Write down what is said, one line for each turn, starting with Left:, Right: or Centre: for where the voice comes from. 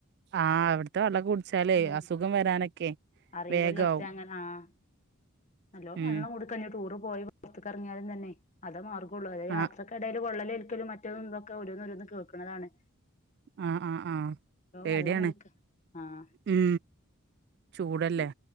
Right: ആഹ് എവിട് വ്ട്ത്തെവള്ളക്കെ കുടിച്ചാലേ
Left: ഉം
Right: അസുഖം വരാനൊക്കെ
Left: അറിയില്ലല്ലോടത്തെ
Right: വേഗാവും
Left: അങ്ങനെ ആഹ് നല്ലോ വെള്ളം
Right: ഉം
Left: കുടി ക്ക ടൂറ് പോയി പുറത്തകറങ്ങിയാലും തന്നെ അതെ മാർഗുള്ളു അതത് യാത്രക്കെടേല്
Right: ആഹ്
Left: പൊള്ളലേൽക്കലും മറ്റതും ക്ക ഓരോന്നോരോന്ന് കേൾക്ക്ണതാണ്
Right: ആഹ് ആഹ് ആഹ് പേടിയാണ്
Left: വെള്ളം കുടിക്ക ആഹ്
Right: ഉം ചൂടല്ലേ
Left: പി